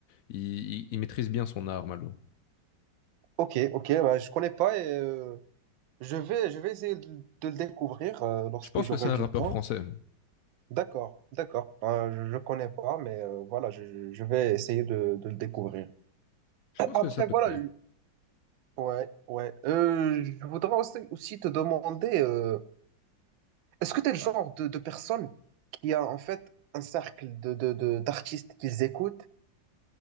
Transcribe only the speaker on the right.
ok, ok. Bah, je connais pas et euh, je vais, je vais essayer de, de le découvrir euh, lorsque
j'aurai
du
temps.
D'accord, d'accord. Euh, je, je connais pas, mais euh, voilà, je, je je vais essayer de, de le découvrir.
Après,
voilà.
le- Ouais, ouais. Euh, je voudrais aussi, aussi te demander, euh, est-ce que tu es le genre de, de personne qui a en fait un cercle de, de, de- d'artistes qu'ils écoutent